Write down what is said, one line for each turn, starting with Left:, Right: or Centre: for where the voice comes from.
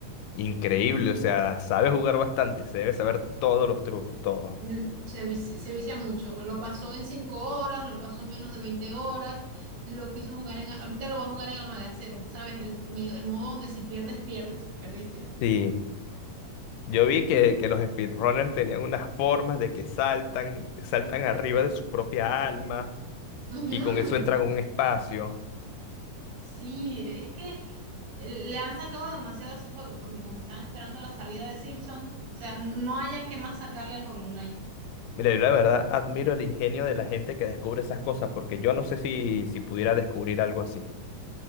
Left: Increíble, o sea, sabe jugar bastante, se debe saber todos los trucos, todos.
Right: n- se, vici- se vicia mucho. Lo pasó en 5 horas, lo pasó en menos de 20 horas, lo quiso jugar en... Ahorita lo va a jugar en Alma de Acero, ¿sabes? El, me- el modo donde si pierdes, pierdes, perdiste.
Left: Sí. Yo vi que,
Right: Mm.
Left: que los speedrunners tenían unas formas de que saltan, saltan arriba de su propia alma
Right: Ujú.
Left: y con eso entran a un espacio.
Right: Sí, es que le han sacado demasiado a ese juego, porque como están esperando la salida de Silksong, o sea, no hayan que más sacarle al Hollow Knight.
Left: Mira, yo la verdad admiro el ingenio de la gente que descubre esas cosas porque yo no sé si, si pudiera descubrir algo así.